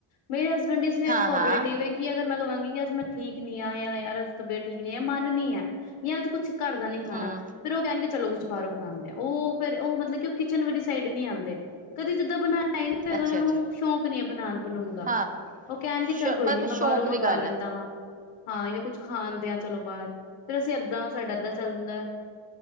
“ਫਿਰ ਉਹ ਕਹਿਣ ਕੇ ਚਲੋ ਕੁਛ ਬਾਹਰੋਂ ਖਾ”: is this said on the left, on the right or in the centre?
Left